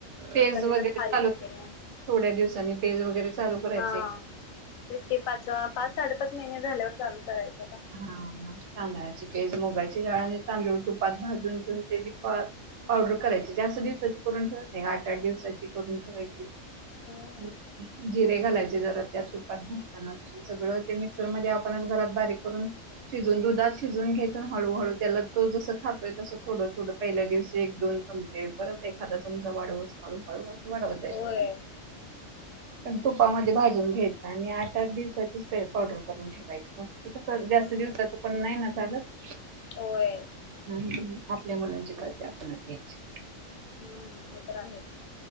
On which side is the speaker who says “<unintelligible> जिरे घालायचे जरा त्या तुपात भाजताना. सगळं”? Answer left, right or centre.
Right